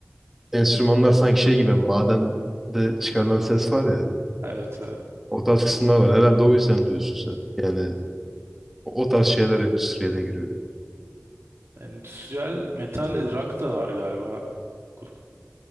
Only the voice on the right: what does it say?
Evet evet.
Endüstriyel metal rock da var galiba. Grup